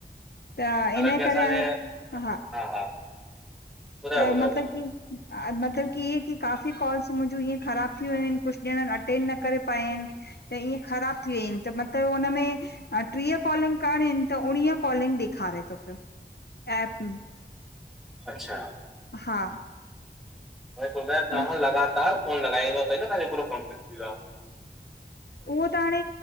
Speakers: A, on the left (about 65°); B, in the centre.
A: त
B: हालांकी
A: इन जे
B: असांजे
A: करे हाणे
B: हा हा ॿुधायो
A: त
B: ॿुधायो
A: मतलबु
B: ॿुधायो
A: की मतलबु की इहे की काफ़ी कॉल्स मुंहिंजूं इएंं ख़राब थी वियूं आहिन, कुछ ॼणनि अटेंड न करे पाया आहिन। त ईअं ख़राब थी वई आहिन, त मतिलबु हुन में टीह कॉलिंग करिणी आहिन, त उणिवीह कॉलिंग ॾेखारे थो पियो, एप में।
B: अच्छा!
A: हा
B: हाणे ॿुधायो तव्हां
A: म
B: लगातार फोन लॻाई हुदंव, तॾि न तव्हांजो पूरो कंप्लिट थी वयो आ?
A: उहो त हाणे